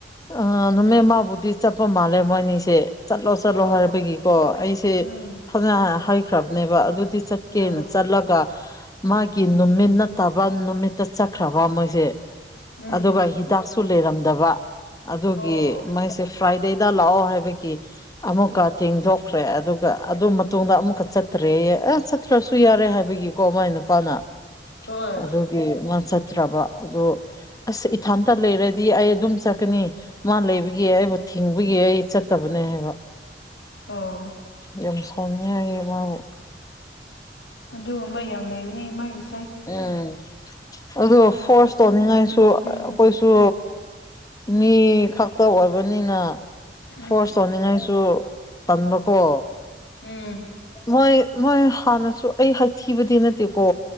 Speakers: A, on the left; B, on the left.
A: ꯑꯥ ꯅꯨꯃꯤꯠ ꯑꯃꯥꯕꯨꯗꯤ ꯆꯠꯄ ꯃꯥꯜꯂꯦ ꯃꯣꯏꯅꯤꯁꯦ ꯆꯠꯂꯣ ꯆꯠꯂꯣ
B: ꯑꯣ
A: ꯍꯥꯏꯕꯒꯤ ꯀꯣ ꯑꯩꯁꯦ
B: ꯎꯝ
A: ꯐꯖꯅ ꯍꯩꯈ꯭ꯔꯕꯅꯦꯕ ꯑꯗꯨꯗꯤ ꯆꯠꯀꯦꯅ
B: ꯑ
A: ꯆꯠꯂꯒ ꯃꯥꯒꯤ
B: ꯎꯝ
A: ꯅꯨꯃꯤꯠ ꯅꯠ ꯇꯕꯥ ꯅꯨꯃꯤꯠꯇ ꯆꯠꯈ꯭ꯔꯕ ꯃꯣꯏꯖꯦ
B: ꯎꯝ
A: ꯑꯗꯨꯒ
B: ꯎꯝ
A: ꯍꯤꯗꯥꯛꯁꯨ ꯂꯩꯔꯝꯗꯕ ꯑꯗꯨꯒꯤ
B: ꯑꯣ ꯑꯣ
A: ꯃꯥꯢꯁꯦ ꯐ꯭ꯔꯥꯏꯗꯦꯗ ꯂꯥꯛꯑꯣ ꯍꯥꯏꯕꯒꯤ ꯑꯃꯨꯛꯀ ꯇꯦꯡꯗꯣꯛꯈ꯭ꯔꯦ ꯑꯗꯨꯒ ꯑꯗꯨ ꯃꯇꯨꯡꯗ ꯑꯃꯨꯛ ꯆꯠꯇ꯭ꯔꯦ ꯑꯥ ꯆꯠꯇ꯭ꯔꯁꯨ ꯌꯥꯔꯦ ꯍꯥꯏꯕꯒꯤ ꯀꯣ ꯃꯥꯏ ꯅꯨꯄꯥꯅ
B: ꯍꯣꯏ
A: ꯑꯗꯨꯒꯤ ꯃꯥ ꯆꯠ ꯇ꯭ꯔꯕ ꯑꯗꯣ ꯑꯥꯁ ꯏꯊꯟꯇ ꯂꯩꯔꯗꯤ ꯑꯩ ꯑꯗꯨꯝ ꯆꯠꯀꯅꯤ ꯃꯥ ꯂꯩꯕꯒꯤ ꯑꯩꯕꯨ ꯊꯤꯡꯕꯒꯤ ꯑꯩ ꯆꯠꯇꯕꯅꯦ ꯍꯥꯏꯕꯥ
B: ꯑꯣ
A: ꯌꯥꯝ ꯁꯥꯎꯅꯤꯡꯉꯥꯏꯅꯤ ꯃꯥꯕꯨ
B: ꯑꯗꯨꯒꯨꯝꯕ ꯌꯥꯝ ꯂꯩꯕꯅꯤ ꯃꯥꯒꯤꯁꯤ
A: ꯑꯥꯡ ꯑꯗꯨꯕꯨ ꯐꯣꯔꯁ ꯇꯧꯅꯤꯡꯉꯥꯏꯁꯨ ꯑꯩꯈꯣꯏꯁꯨ
B: ꯎꯝ
A: ꯃꯤ ꯈꯛꯇ ꯑꯣꯏꯕ ꯅꯤꯅ
B: ꯎꯝ
A: ꯐꯣꯔꯁ ꯇꯧꯅꯤꯡꯉꯥꯏꯁꯨ ꯇꯟꯕ ꯀꯣ
B: ꯎꯝ
A: ꯃꯣꯏ ꯃꯣꯏ ꯍꯥꯟꯅꯁꯨ ꯑꯩ ꯍꯥꯏꯊꯤꯕꯗꯤ ꯅꯠꯇꯦꯀꯣ